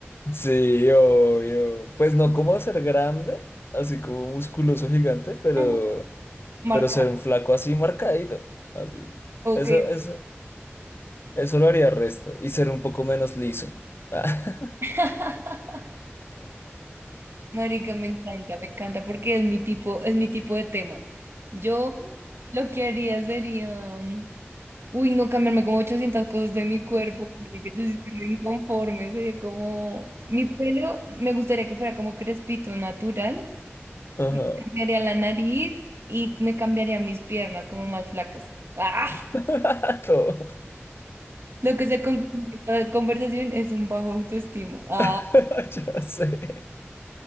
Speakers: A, on the left (about 60°); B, on the right (about 65°).
A: Sí, obvio. Pues no como ser grande, así como musculoso gigante, pero,
B: Ajá. Marcar.
A: pero ser un flaco así marcadito. Así.
B: Ok.
A: Eso, eso, eso lo haría resto. Y ser un poco menos liso. <laughs>
B: <laughs> Marica, me encanta, me encanta, porque es mi tipo, es mi tipo de tema. Yo lo que haría sería mm, Uy, no cambiarme como 800 cosas de mi cuerpo. así que Yo sí estoy re inconforme. Sería como. Mi pelo me gustaría que fuera como crespito natural.
A: Ajá.
B: Me cambiaría la nariz y me cambiaría mis piernas como más flacas. ¡Ah!
A: <laughs> Todo.
B: Lo que se concluye de esta conversación es un bajo autoestima. ¡Ah!
A: <laughs> Ya sé.